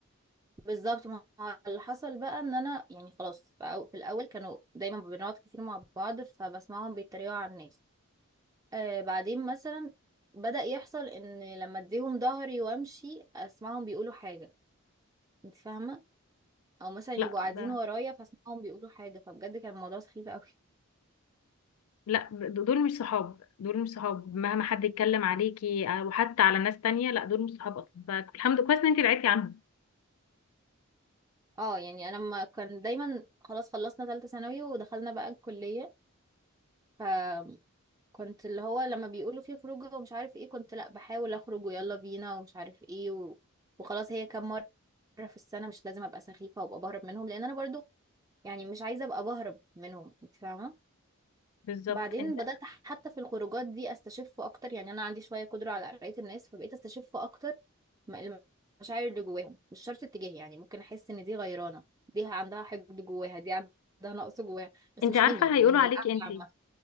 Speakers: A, on the right (about 15°); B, on the left (about 85°).
A: بالظبط ما هو اللي حصل بقى ان انا يعني خلاص في أو- في الاول كانوا دايما بنقعد كتير مع بعض فبسمعهم بيتريقوا على الناس آه بعدين مثلا بدأ يحصل ان لما اديهم ظهري وامشي اسمعهم بيقولوا حاجة انت فاهمة او مثلا
B: لا
A: يبقوا قاعدين
B: ده
A: ورايا فاسمعهم بيقولوا حاجة فبجد كان الموضوع سخيف قوي
B: لا د- دول مش صحاب دول مش صحاب مهما حد يتكلم عليكي او حتى على ناس تانية لا دول مش صحاب اصلا فالحمد لله كويس ان انت بعدتي عنهم
A: اه يعني انا ما كان دايما خلاص خلصنا ثالثة ثانوي ودخلنا بقى الكلية ف كنت اللي هو لما بيقولوا فيه خروجه ومش عارف ايه كنت لا بحاول اخرج ويلا بينا ومش عارف ايه و... وخلاص هي كام مرة في السنة مش لازم ابقى سخيفة وابقى بهرب منهم لان انا برضو يعني مش عايزة ابقى بهرب منهم انت فاهمة
B: بالظبط
A: بعدين
B: انت
A: بدأت حتى في الخروجات دي استشف اكتر يعني انا عندي شوية قدرة على قراية الناس فبقيت استشف اكتر م- المشاعر اللي جواهم مش شرط اتجاهي يعني ممكن احس ان دي غيرانة دي عندها حقد جواها دي عندها نقص جواها بس
B: انت
A: مش
B: عارفه
A: مني
B: هيقولوا
A: من
B: عليكي
A: القعدة
B: انت